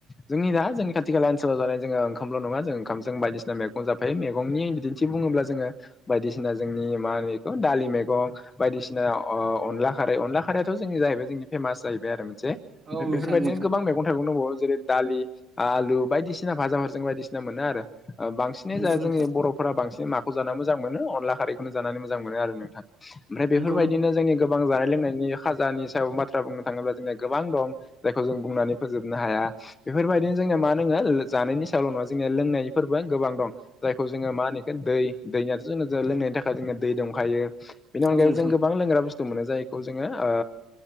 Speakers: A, on the left (about 25°); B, on the right (about 30°).
A: जोंनि दा जों खाथि खाला ओनसोलाव जानाय जोंङो ओंखामल' नङा जों ओंखामजों बायदिसिना मेगं जाफायो मेगंनि बिदि थि बुङोब्ला जोङो बायदिसिना जोंनि मा होनो बेखौ दालि मैगं बायदिसिना अ-अनला खारै अनला खारैआथ' जोंनि जाहैबाय जोंनि फेमास जाहैबाय आरो मोनसे ओमफाय
B: औ नोंथां
A: बेफोरबायदिनो
B: नोंथां
A: गोबां मैगं थाइगं दंबावो जेरै दालि आलु बायदिसिना भाजाफोरजों बायदिसिना मोनो आरो ओ बांसिन सिनि
B: नंगौ
A: जा
B: नोंथां
A: जोंनि बर'फोरा बांसिन माखौ जाना मोजां मोनो अनला खारैखौनो जानानै मोजां मोनो नोंथां ओमफ्राय
B: नंगौ
A: बेफोरबायदिनो
B: नोंथां
A: जोंनि गोबां जानाय लोंनायनि खाजानि सायाव बाथ्रा बुंनो थाङोब्ला जोंनिया गोबां दं जायखौ जों बुंनानै फोजोबनो हाया बेफोरबायदिनो जोंनाया मा दोङो लो जानायनि सायावल' नङा जोंनिया लोंनायनि फोरबो गोबां दं जायखौ जोङो मा होनो इखो दै दैयाथ' जोंनो जो लोंनायनि थाखाय जोंनिया दै दंखायो बेनि
B: औ
A: अनगायैबो
B: नोंथां
A: जों गोबां लोंग्रा बुस तु मोनो जायखौ जोङो ओ